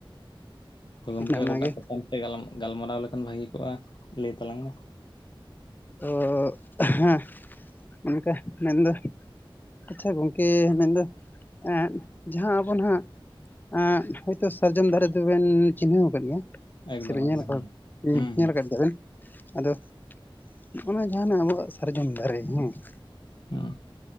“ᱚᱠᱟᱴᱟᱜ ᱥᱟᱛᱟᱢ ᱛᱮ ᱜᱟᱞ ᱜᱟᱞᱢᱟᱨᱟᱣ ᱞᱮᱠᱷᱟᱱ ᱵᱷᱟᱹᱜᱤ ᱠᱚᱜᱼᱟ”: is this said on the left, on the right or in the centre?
Left